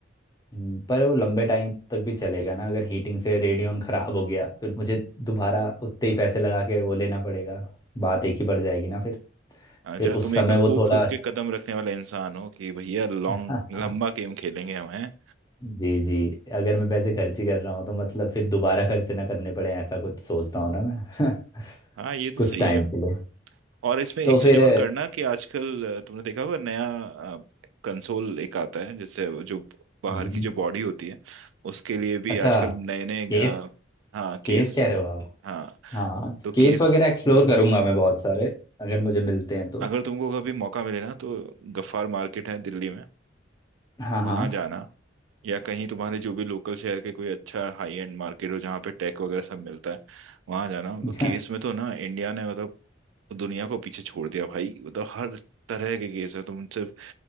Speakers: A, on the left; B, on the right.
A: हम्म, पर वो लंबे टाइम तक भी चलेगा ना अगर हीटिंग से रेडियन ख़राब हो गया फिर मुझे दोबारा उतने ही पैसे लगा के वो लेना पड़ेगा बात एक ही पड़ जाएगी ना फिर
B: अच्छा
A: फिर उस
B: तुम
A: समय
B: एकदम
A: वो
B: फूक
A: थोड़ा
B: फूक के कदम रखने वाले इंसान हो कि भैया लॉन्ग
A: <laughs>
B: लंबा गेम खेलेंगे हम हैं
A: जी जी अगर मैं पैसे खर्च ही कर रहा हूँ तो मतलब फिर दोबारा खर्च ना करने पड़े ऐसा कुछ सोचता हूँ ना मैं <laughs>
B: हाँ ये तो
A: कुछ
B: सही
A: टाइम
B: है
A: के लिए
B: और इसमें एक
A: तो फिर
B: चीज और करना कि आजकल अ, तुमने देखा होगा नया कंसोल एक आता है जिससे वो जो बाहर
A: हम्म,
B: की जो बॉडी होती है उसके लिए भी
A: अच्छा
B: आजकल नए नए
A: केस
B: हाँ केस
A: केस कह रहे हो आप
B: हाँ
A: हाँ
B: तो
A: केस
B: केस
A: वगैरह एक्सप्लोर करूंगा मैं बहुत सारे अगर मुझे मिलते हैं तो
B: अगर तुमको कभी मौका मिले ना तो गफ्फार मार्केट है दिल्ली में
A: हाँ
B: वहां
A: हाँ
B: जाना या कहीं तुम्हारे जो भी लोकल शहर के कोई अच्छा हाई एंड मार्केट हो जहाँ पे टेक वगैरह सब मिलता है वहां जाना
A: <laughs>
B: तो केस में तो ना इंडिया ने मतलब दुनिया को पीछे छोड़ दिया भाई मतलब हर तरह के केस है तुम सिर्फ